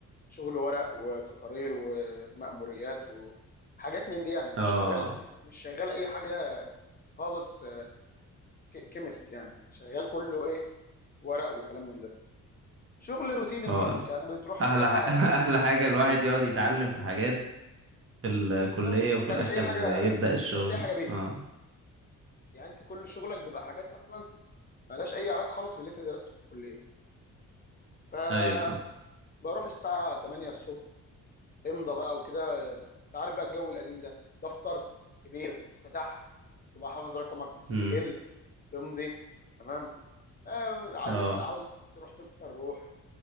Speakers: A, on the left (about 30°); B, on the right (about 40°).
A: شغل ورق وتقارير ومأموريات وحاجات من دي يعني مش
B: أه
A: شغال مش مش شغال اي حاجه خالص كيمست يعني شغال كله ايه ورق وكلام من ده شغل روتيني
B: أه
A: خالص يعني بتروح الساعه
B: أحلى ح- <laughs> أحلى حاجة الواحد يقعد يتعلم في حاجات في الكلية
A: بالظبط وما
B: وفي
A: تعملش
B: الآخر
A: اي حاجه
B: يبدأ الشغل
A: ما تعملش اي حاجه بيها
B: اه
A: يعني انت كل شغلك بيبقى حاجات اصلا مالهاش اي علاقه خالص باللي انت درسته في الكليه فبروح
B: أيوة صح
A: الساعه 8 الصبح امضى بقى وكده انت عارف بقى الجو القديم ده دفتر كبير تفتح تبقى حافظ رقمك في السجل
B: امم
A: تمضي تمام آه عاوز
B: اه
A: عاوز تروح تفطر روح